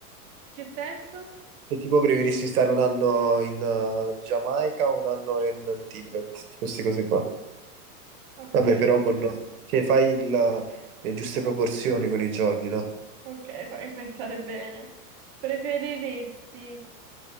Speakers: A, on the right; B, on the right.
A: Che senso?
B: Cioè, tipo preferisci stare un anno in eh, Giamaica o un anno in, in Tibet, tipo queste cose qua.
A: Ok,
B: Vabbè, però con... cioè, fai il- le giuste proporzioni con i giorni, no?
A: ok, <laughs> fammi pensare bene. Preferiresti